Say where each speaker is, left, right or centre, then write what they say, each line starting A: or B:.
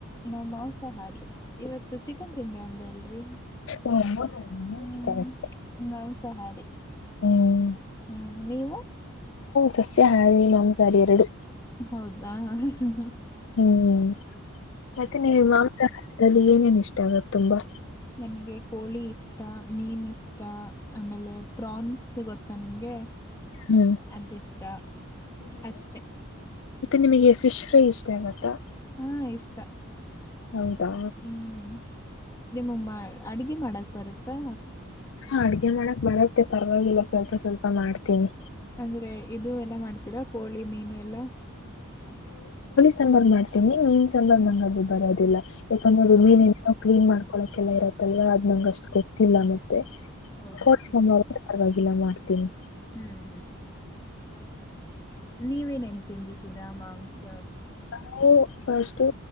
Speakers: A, on the left; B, on the left.
A: ನಾವ್ ಮಾಂಸಾಹಾರಿ. ಇವತ್ತು ಚಿಕನ್ ತಿಂದೆ ಅಂದೆ ಅಲ್ ರಿ
B: ಓ ಹೌದಲ್ವಾ
A: ಹ್ಮ್
B: ಕರೆಕ್ಟ್
A: ನಂಸ ಹಾರಿ
B: ಹ್ಮ್
A: ಹ್ಮ್ ನೀವು.
B: ಸಸ್ಯ ಹಾರಿ ಮಾಂಸಹಾರಿ ಎರಡು
A: ಹೌದಾ ಹ ಹ
B: ಹ್ಮ್ ಮತ್ತೆ ನೀ ಮಾಂಸ ಅಲ್ಲಿ ಏನೇನ್ ಇಷ್ಟ ಆಗತ್ ತುಂಬಾ
A: ನನಗೆ ಕೋಳಿ ಇಷ್ಟ ಮೀನ್ ಇಷ್ಟ ಆಮೇಲೆ ಫ್ರಾನ್ಜ್ ಗೊತ್ತಾ ನಿಮ್ಗೆ
B: ಹ್ಮ್
A: ಅದಿಷ್ಟ ಅಷ್ಟೆ
B: ಇದು ನಿಮಗೆ ಫಿಶ್ ಫ್ರೈ ಇಷ್ಟ ಆಗುತ್ತಾ
A: ಹಾ ಇಷ್ಟ
B: ಹೌದಾ
A: ಹ್ಮ್ ನಿಮ್ಗ ಮಾ ಅಡ್ಗೆ ಮಾಡಕ್ ಬರುತ್ತಾ.
B: ಹಾ ಅಡ್ಗೆ ಮಾಡಕ್ ಬರತ್ತೆ ಪರ್ವಾಗಿಲ್ಲ ಸ್ವಲ್ಪ ಸ್ವಲ್ಪ ಮಾಡ್ತೀನಿ.
A: ಅಂದ್ರೆ ಇದು ಎಲ್ಲ ಮಾಡ್. ತೀರಾ ಕೋಳಿ ಮೀನು ಎಲ್ಲಾ.
B: ಸನ್ಮಾನ ಮಾಡ್ ಮೀನ್ ಮೀನ್ಸೆಲ್ಲ ನಂಗ್ ಅದು ಬರದಿಲ್ಲ ಯಾಕಂದ್ರೆ ಅದು
A: ಹೌದು
B: ಮೀನಿನ್ ಕ್ಲೀನ್ ಮಾಡ್ಕೊಳಕೆಲ್ಲ ಇರತ್ತಲ್ವ ಅದ್ ನಂಗ್ ಅಷ್ಟು ಗೊತ್ತಿಲ್ಲ ನ ತ್ತೆ
A: ಹೌದಾ
B: ಕೋಡ್ ಸೆಮ್ವರ್ಗು ಮಾಡ್ಬೋದು. ಇಲ್ಲ ಮಾಡ್ತೀನಿ.
A: ಹ್ಮ್ ಹ್ಮ್ ನೀವೇನ್ನ್ ತಿಂದಿದ್ದೀರಾ ಮಾಂಸ
B: ನಾವು ಫಸ್ಟು